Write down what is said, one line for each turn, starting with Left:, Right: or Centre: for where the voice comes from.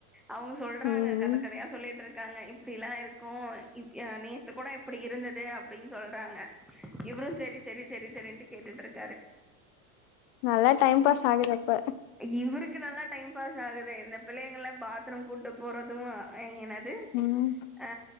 Centre: அவங்க சொல்றாங்க
Left: ம்
Centre: கதக்கதையா சொல்லிட்டு இருக்காங்க இப்படிலாம் இருக்கூ இப் நேத்து கூட இப்டி இருந்தது அப்படின்னு சொல்றாங்க இவரும் செரி செரி செரி செரின்ட்டு கேட்டுட்டுருக்
Left: நல்லா டைம் பாஸ் ஆகுது அப்ப
Centre: இவருக்கு நல்லா டைம் பாஸ் ஆகுதே இந்த பிள்ளைங்கல்ல பாத் துரூம் குட்டு போறது ஏஐ என்னது
Left: ம்
Centre: ஆ